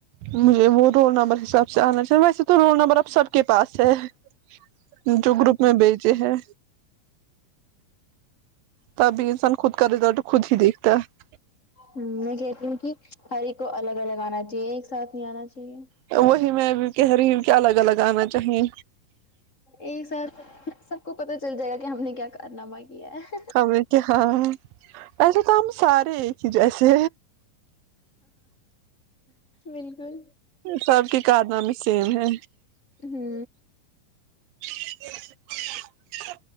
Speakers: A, on the right; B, on the left.
A: مجھے وہ رول نمبر حساب سے آنا چاہیے ویسے تو رول نمبر اب سب کے پاس ہے جو گروپ میں بیجے ہیں تبھی انسان خود کا رزلٹ خود ہی دیکھتا ہے
B: میں کہتی ہوں کہ ہر ایک کو الگ الگ آنا چاہیے ایک ساتھ نہیں آنا چاہیے
A: ہے وہی میں بھی کہہ رہی ہوں کیا الگ الگ آنا چاہیے
B: ایک سات سب کو پتا چل جائے گا کہ ہم نے کیا کارنامہ کیا ہے
A: ہم کیا ہاں ایسے تو ہم سارے ایک ہی جیسے
B: بالکل
A: سب کی کارنامے سیم ہے
B: ہ
A: <inaudible>